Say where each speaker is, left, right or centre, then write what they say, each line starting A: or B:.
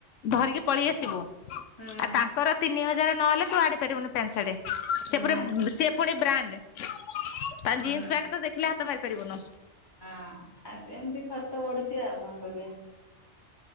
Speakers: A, on the left (about 85°); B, on the left (about 20°).
A: ଧରିକି ପଳି ଆସିବୁ।
B: ହଁ।
A: ଆଉ ତାଙ୍କର ତିନି ହଜାର ନହଲେ ତୁ ଆଣି ପାରିବୁନି ପେଣ୍ଟ ସାଟେ ସେପରେ
B: ନା
A: ସେ ଫୁଣି ବ୍ରାଣ୍ଡ୍ ତା
B: ହୁଁ
A: ଜିନ୍ସ୍ ପ୍ୟାଣ୍ଟ୍ ତ ଦେଖିଲେ ହାତ ମାରିପାରିବୁନୁ।
B: ହଁ ଆ ସେମ୍ତି ଖର୍ଚ୍ଚ ବଢିଚି ଆଉ କଁ କରିଆ।